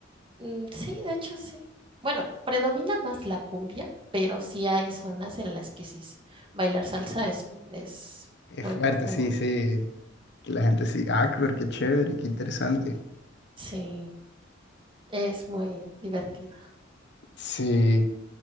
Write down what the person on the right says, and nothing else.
Mm, Sí, de hecho, sí. Bueno, predomina más la cumbia, pero sí hay zonas en las que sí s- bailar salsa es, es
muy,
bu- muy
bueno.
Sí, es muy divertido.